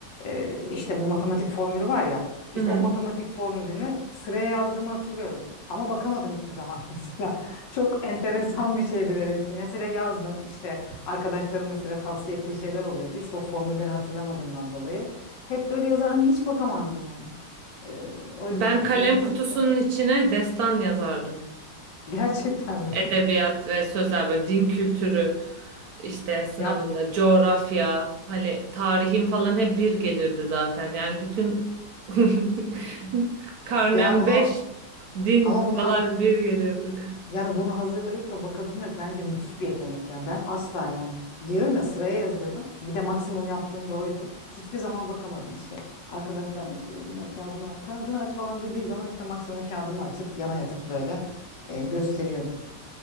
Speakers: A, on the left; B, on the right.
A: E, işte bu matematik formülü var ya. İşte
B: Hı hı.
A: o matematik formülünü sıraya yazdığımı hatırlıyorum. Ama bakamadım hiçbir zaman <laughs> mesela. Çok enteresan bir şeydi benim için. Mesela yazdım işte Arkadaşlarım mesela tavsiye ettiği şeyler oluyordu. İşte o formülleri hatırlamadığımdan dolayı. Hep böyle yazardım. Hiç bakamazdım yani. Ee, o yüzden
B: Ben kalem
A: benim için
B: kutusunun içine destan yazardım.
A: <laughs> gerçekten mi?
B: edebiyat ve sözler böyle din kültürü işte sınavında
A: Ya
B: coğrafya hani tarihim falan hep bir gelirdi zaten. Yani bütün <laughs> karnem
A: ya ona
B: 5 din
A: ama
B: falan
A: buna
B: bir gelirdi.
A: yani bunu hazırlayıp da bakabilmek bence müthiş bir yetenek ya. Ben asla yani. Diyorum ya sıraya yazıyordum. Bir de maksimum yaptığım da oydu. Hiçbir zaman bakamadım işte. Arkadaşlar mesela biraz kağıdını aç, kağıdını aç falan dediği zaman işte maksimum kağıdımı açıp yana yatıp böyle e, gösteriyordu.